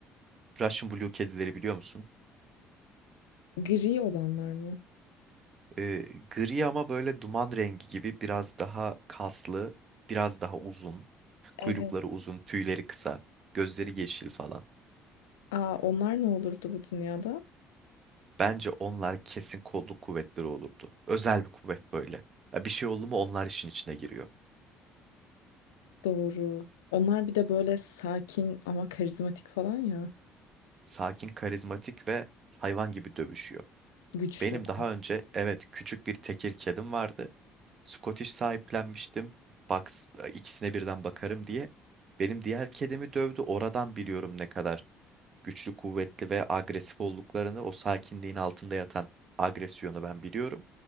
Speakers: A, on the right; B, on the left.
A: Russian Blue kedileri biliyor musun?
B: Gri olanlar mı?
A: E, gri ama böyle duman rengi gibi biraz daha kaslı, biraz daha uzun.
B: Evet.
A: Kuyrukları uzun, tüyleri kısa, gözleri yeşil falan.
B: Aa, onlar ne olurdu bu dünyada?
A: Bence onlar kesin kolluk kuvvetleri olurdu. Özel bir kuvvet böyle. Ya bir şey oldu mu onlar işin içine giriyor.
B: Doğru. Onlar bir de böyle sakin ama karizmatik falan ya.
A: Sakin, karizmatik ve hayvan gibi dövüşüyor.
B: Güçlü.
A: Benim daha önce evet küçük bir tekir kedim vardı. Scottish sahiplenmiştim. Box, e, ikisine birden bakarım diye. Benim diğer kedimi dövdü. Oradan biliyorum ne kadar güçlü, kuvvetli ve agresif olduklarını, o sakinliğin altında yatan agresyonu ben biliyorum.